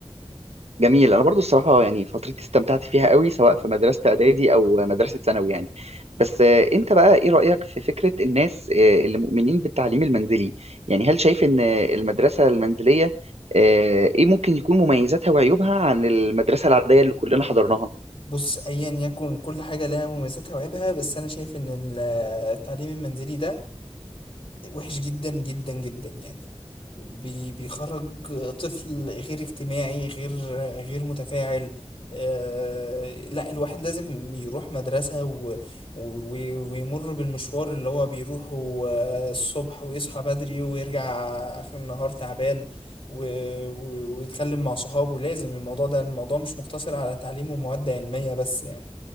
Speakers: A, on the right (about 80°); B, on the left (about 55°).
A: جميل انا برضو الصراحه يعني فترتي استمتعت فيها قوي سواء في مدرسه اعدادي او مدرسه ثانوي يعني بس آه، انت بقى ايه رايك في فكره الناس آه، اللي مؤمنين بالتعليم المنزلي يعني هل شايف ان آه، المدرسه المنزليه آه، ايه ممكن يكون مميزاتها وعيوبها عن المدرسه العاديه اللي كلنا حضرناها
B: بص ايا يكن كل حاجة لها مميزاتها وعيبها بس انا شايف ان ال- التعليم المنزلي ده وحش جدا جدا جدا يعني بي بيخرج طفل غير اجتماعي غير غير متفاعل آه لا الواحد لازم يروح مدرسة و و ويمر بالمشوار اللي هو بيروحه آه، الصبح ويصحى بدري ويرجع آخر النهار تعبان و و ويتكلم مع صحابه لازم الموضوع ده الموضوع مش مقتصر على تعليم ومواد علمية بس يعني